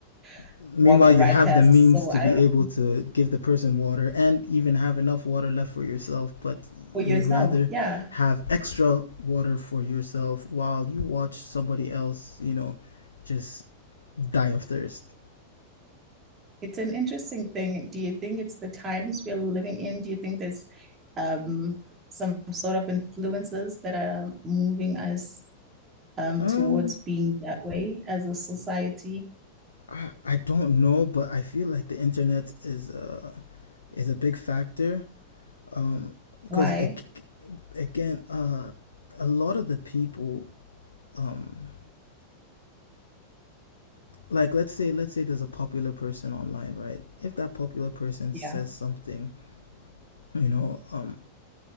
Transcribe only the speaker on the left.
Meanwhile,
you have
the means
to
be able
to give the person water and even have enough water left for yourself, but
you
would rather
have extra water for yourself while you watch somebody else, you know, just die of thirst.
Um,
I, I don't know, but I feel like the internet is uh, is a big factor. Um, because
ag- again, uh, a lot of the people um like let's say let's say there's a popular person online right if that popular person
says something you know um